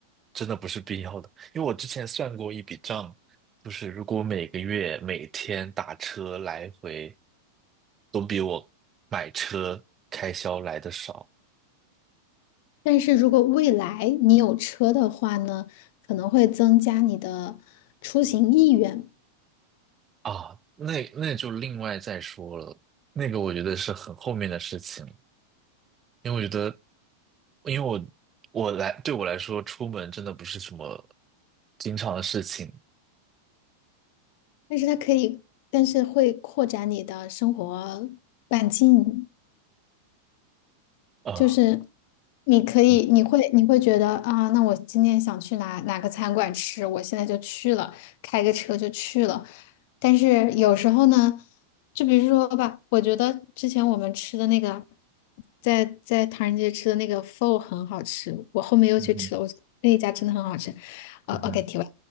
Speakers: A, on the right; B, on the left.
A: 真的不是必要的，因为我之前算过一笔账，就是如果每个月每天打车来回，都比我买车开销来的少。
B: 但是如果未来你有车的话呢，可能会增加你的出行意愿，
A: 啊，那那就另外再说了，那个我觉得是很后面的事情，因为我觉得，因为我我来对我来说，出门真的不是什么经常的事情
B: 但是它可以，但是会扩展你的生活半径，
A: 啊。
B: 就是你可以，
A: 我
B: 你会你会觉得啊，那我今天想去哪哪个餐馆吃，我现在就去了，开个车就去了。但是有时候呢，就比如说吧，我觉得之前我们吃的那个，在在唐人街吃的那个 pho 很好吃，我后面又去吃了，
A: 嗯哼
B: 我那一家真的很好吃。呃，OK，
A: 嗯哼，
B: 提问，